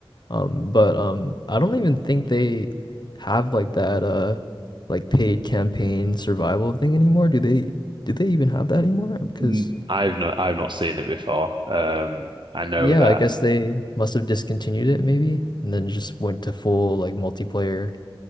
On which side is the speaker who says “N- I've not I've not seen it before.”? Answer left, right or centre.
Right